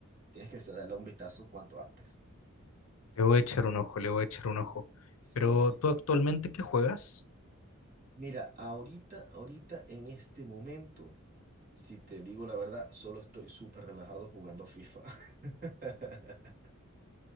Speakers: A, on the right; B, on the left.
A: Tienes que darle un vistazo cuanto antes.
B: Le voy a echar un ojo, le voy a echar un ojo.
A: Sí,
B: Pero
A: sí.
B: tú actualmente, ¿qué juegas?
A: Mira, ahorita, ahorita, en este momento, si te digo la verdad, solo estoy súper relajado jugando FIFA. <laughs>